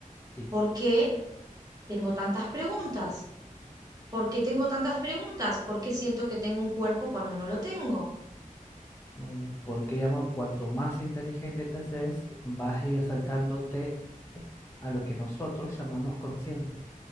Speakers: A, on the left (about 20°); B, on the right (about 25°).
A: sí.
B: ¿por qué tengo tantas preguntas? ¿Por qué tengo tantas preguntas? ¿Por qué siento que tengo un cuerpo cuando no lo tengo?
A: Mm, Porque, digamos, cuanto más inteligente te haces, vas a ir acercándote a lo que nosotros llamamos conciencia,